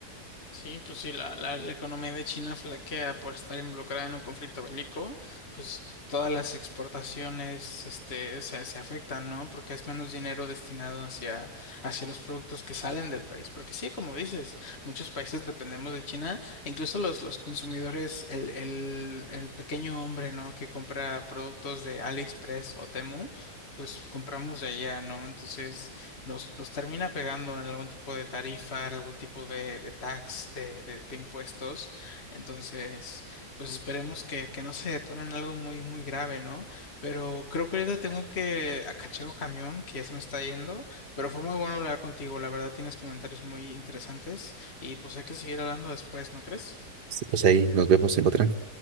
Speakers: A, on the left; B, on the right.
A: Sí, pues sí, la, la, la economía de China flaquea por estar involucrada en un conflicto bélico, pues todas las exportaciones este, se, se afectan, ¿no? Porque es menos dinero destinado hacia, hacia los productos que salen del país. Porque sí, como dices, muchos países dependemos de China, e incluso los, los consumidores, el, el, el pequeño hombre, ¿no? Que compra productos de AliExpress o Temu. pues compramos de allá, ¿no? Entonces, nos los termina pegando en algún tipo de tarifa, en algún tipo de, de tax, de, de- de impuestos. Entonces, pues esperemos que, que no se detone en algo muy, muy grave, ¿no? Pero creo que ahorita tengo que acachar un camión que ya se me está yendo, pero fue muy bueno hablar contigo. La verdad, tienes comentarios muy interesantes y pues hay que seguir hablando después, ¿no crees?
B: Sí, Pues ahí nos vemos en otra.